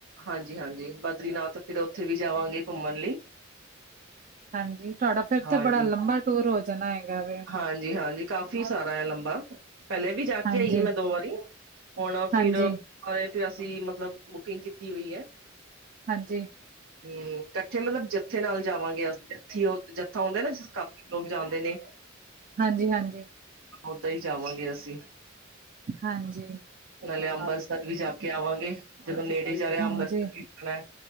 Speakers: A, on the right (about 85°); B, on the right (about 40°).
A: ਹਾਂਜੀ-ਹਾਂਜੀ ਬਦਰੀਨਾਥ ਫਿਰ ਉੱਥੇ ਵੀ ਜਾਵਾਂਗੇ ਘੁੰਮਣ ਲਈ।
B: ਹਾਂਜੀ ਤੁਹਾਡਾ ਫਿਰ ਤੇ
A: ਹਾਂਜੀ,
B: ਬੜਾ ਲੰਬਾ ਟੂਰ ਹੋ ਜਾਣਾ ਹੈਗਾ ਵੇ
A: ਹਾਂਜੀ-ਹਾਂਜੀ ਕਾਫੀ ਸਾਰਾ ਐ ਲੰਬਾ। ਪਹਿਲੇ ਵੀ ਜਾ
B: ਹਾਂਜੀ,
A: ਕੇ ਆਈ ਏ ਮੈਂ ਦੋ ਵਾਰੀ, ਹੁਣ
B: ਹਾਂਜੀ,
A: ਫਿਰ ਫਿਰ ਅਸੀਂ ਮਤਲਬ ਬੁਕਿੰਗ ਕੀਤੀ ਹੋਈ ਐ।
B: ਹਾਂਜੀ।
A: ਹੂੰ ਇਕੱਠੇ ਮਤਲਬ ਜੱਥੇ ਨਾਲ ਜਾਵਾਂਗੇ ਅਸੀਂ ਜੱਥੀ ਜੱਥਾ ਆਉਂਦਾ ਨਾ ਜਿਸ ਕੰਮ ਲੋਕ ਜਾਂਦੇ ਨੇ।
B: ਹਾਂਜੀ-ਹਾਂਜੀ।
A: ਓਦਾਂ ਹੀ ਜਾਵਾਂਗੇ ਅਸੀਂ।
B: ਹਾਂਜੀ।
A: ਨਾਲੇ ਅੰਬਰਸਰ ਵੀ ਜਾ ਕੇ ਆਵਾਂਗੇ, ਜਦੋਂ ਨੇੜੇ ਜਾ ਰਿਹਾ
B: ਹਾਂਜੀ,
A: ਅੰਬਰਸਰ ਵੀ ਜਾਣਾ